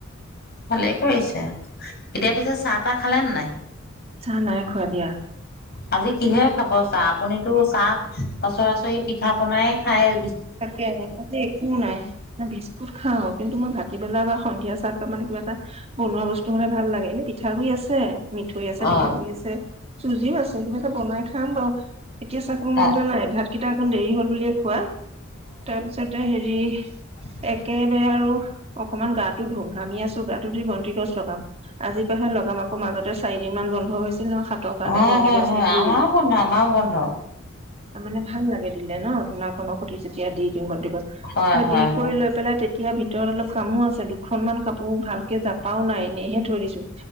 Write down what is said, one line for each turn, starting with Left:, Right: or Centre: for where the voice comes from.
Left: ভালেই কৰিছে এতিয়া পিছে চাহ তাহ খালে নে নাই
Right: চাহ নাই খোৱা দিয়া
Left: আজি কিহে খাব চাহ আপুনিতো চাহ সচৰাচৰি পিঠা পনাই খাই
Right: তাকে আতে একো নাই ন বিস্কুট খাও কিন্তু মই ভাটিবেলা বা সন্ধিয়া চাহকাপ মানে কিবা এটা বনোৱা বস্তু হলে ভাল লাগে এনে পিঠাগু়ি আছে মিঠৈ আছে
Left: অ',
Right: পিঠাগু়ড়ি আছে চুজিও আছে কিন্তিবা এটা বনাই খাম বাৰু এতিয়া চাহ খাব মন
Left: অ',
Right: যোৱা নাই ভাতকেইটা এখন দেৰি হল বুলিয়ে খোৱা তাৰ পিছতে হেৰি
Left: হয়
Right: একেবাৰে আৰু অকনমান গাটো ধ ঘামি আছো গাটো ধুই বন্তি গছ লগাম আজিৰ পৰাহে ব আকো মাজতে চাৰিদিন মান বন্ধ হৈছে নহয় হাতৰ কাৰণে
Left: হয়,
Right: মন্দিৰ
Left: হয়,
Right: গছ
Left: হয়
Right: নিদো
Left: আমাৰো বন্ধ আমাৰো বন্ধ।
Right: অ তাৰ মানে ভাল লাগে দিলে ন ধূনাখনৰ সৈতে যেতিয়া দি দিওঁ বন্তি
Left: হয়, হয়,
Right: দি
Left: হয়
Right: কৰি লৈ পেলাই তে এতিয়া ভিতৰত অলপ কামো আছে দুখনমান কাপোৰ ভালকে জাপাও নাই এনেইহে থৈ দিছো